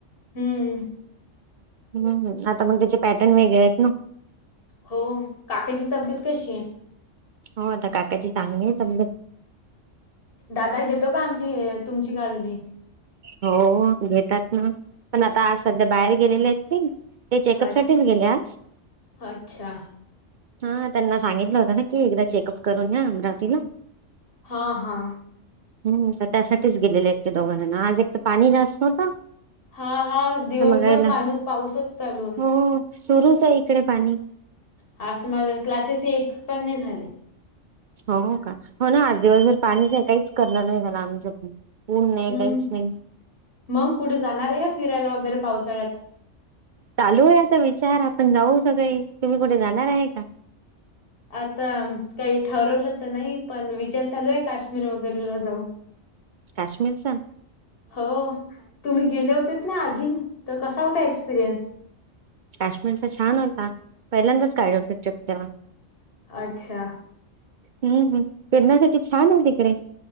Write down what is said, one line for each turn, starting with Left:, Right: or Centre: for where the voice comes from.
Left: हम्म
Right: हम्मम् आता मग त्याचे पॅटर्न वेगळे आहेत ना
Left: हो काकाची तब्येत कशी आहेत
Right: हो आता काकाची चांगली आहे तब्बेत
Left: दादा घेतो का आमची तुमची काळजी
Right: हो घेतात ना पण आता आज सध्या बाहेर गेलेले आहेत ना ते चेकअप
Left: अच्छ
Right: साठीच गेले आज
Left: अच्छा
Right: हा त्यांना सांगितलं होत ना तु एकदा चेकअप करून या अमरावतीला
Left: हा हा
Right: हम्म तर त्यासाठीच गेलेले एक ते दोघजण आज एक तर पाणी जास्त होत
Left: हा हा दिवसभर
Right: मगायला
Left: पाणी पाऊसच चालू आहे
Right: हो सुरूच आहे इकडे पाणी
Left: हा तुम्हाला क्लासेस एक पण नाही झाले
Right: हो का हो ना आज दिवसभर पाणीच काहीच करणार नाही आराम झोपलया ऊन नाही
Left: हम्म
Right: काहीच नाही.
Left: मग कुठे जाणार आहे का फिरायला वगैरे पावसाळ्यात
Right: चालू आहे आता विचार आपण जाऊ सगळे तुम्ही कुठे जाणार आहे का?
Left: आता काही ठरवलं तर नाही पण विचार चालू आहे काश्मीर वगैरेला जाऊ.
Right: काश्मीरचा
Left: हो तुम्ही गेले होतेत ना आधी तर कसा होता एक्सपिरियन्स
Right: काश्मीरचा छान होता पहिल्यांदाच काडल्या होत्या ट्रिप त्या
Left: अच्छा
Right: हम्म हम्म फिरण्यासाठी छान आहे तिकडे